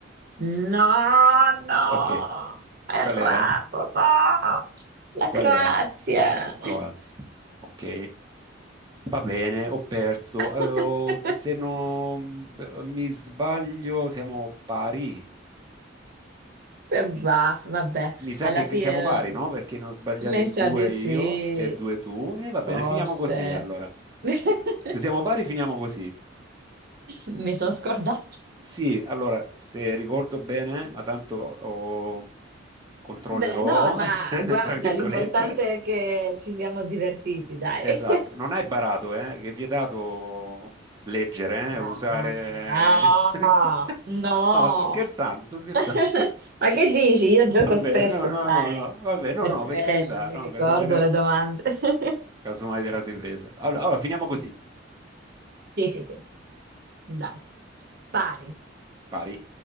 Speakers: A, on the right; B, on the right.
A: No, no,
B: Ok,
A: errato,
B: qual era?
A: no. La
B: Qual
A: Croazia.
B: era? Croazia. Ok, va bene, ho perso. Avevo-
A: <laughs>
B: se non mi sbaglio, siamo pari.
A: Eh, bah, vabbè,
B: Mi sa
A: alla
B: che
A: fine
B: che siamo pari, no? Perché ne ho sbagliati
A: eh, mi sa
B: due
A: di sì,
B: io e due tu. E va bene,
A: forse.
B: finiamo così allora.
A: <laughs>
B: Se siamo pari, finiamo così.
A: Mi sono scordata.
B: Sì, allora, se ricordo bene, ma tanto oh, controllerò,
A: Beh, no, ma
B: <laughs>
A: guarda,
B: tra virgolette.
A: l'importante è che ci siamo divertiti, dai.
B: Esatto,
A: <laughs>
B: non hai barato, eh, che è vietato leggere,
A: No,
B: eh, usare...
A: no,
B: <laughs>
A: no.
B: No, sto scherzando, sto
A: <laughs>
B: scherzando. <laughs>
A: Ma che dici? Io gioco
B: Va bene,
A: spesso,
B: no, no,
A: sai,
B: no, no, va bene,
A: per
B: no, no,
A: quello
B: per carità,
A: mi
B: no,
A: ricordo
B: casomai te la,
A: le domande. <laughs>
B: casomai te la sei presa. Allora, allora, finiamo così,
A: Mm. Sì, sì, sì, dai, pari.
B: pari.